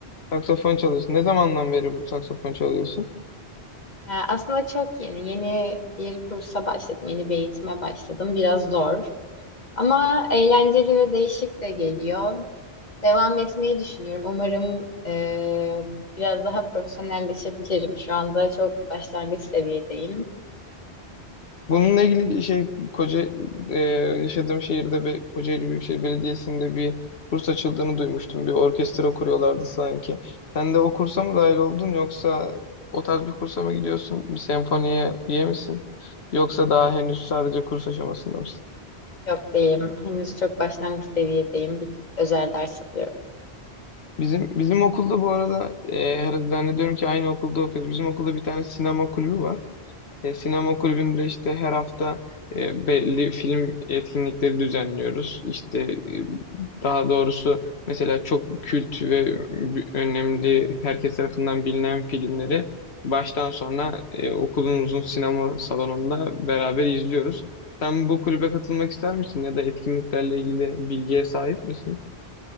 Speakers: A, on the left; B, on the left.
A: Saksafon çalıyorsun. Ne zamandan beri bu saksafon çalıyorsun?
B: E, Aslında çok yeni. Yeni bir kursa başladım. Yeni bir eğitime başladım. Biraz zor. Ama eğlenceli ve değişik de geliyor. Devam etmeyi düşünüyorum. Umarım e, biraz daha profesyonelleşebilirim. Şu anda çok başlangıç seviyedeyim.
A: Bununla ilgili şey koca e, yaşadığım şehirde bir Kocaeli Büyükşehir Belediyesi'nde bir kurs açıldığını duymuştum. Bir orkestra kuruyorlardı sanki. Sen de o kursa mı dahil oldun yoksa o tarz bir kursa mı gidiyorsun? Bir senfoniye üye misin? Yoksa daha henüz sadece kurs aşamasında mısın?
B: Yok değilim. Henüz çok başlangıç seviyedeyim. Bir özel ders alıyorum.
A: Bizim bizim okulda bu arada e, her- zannediyorum ki aynı okulda okuyoruz. Bizim okulda bir tane sinema kulübü var. E, Sinema kulübünde işte her hafta e, belli film etkinlikleri düzenliyoruz. İşte e, daha doğrusu mesela çok kült ve önemli herkes tarafından bilinen filmleri baştan sona e, okulumuzun sinema salonunda beraber izliyoruz. Sen bu kulübe katılmak ister misin ya da etkinliklerle ilgili bilgiye sahip misin?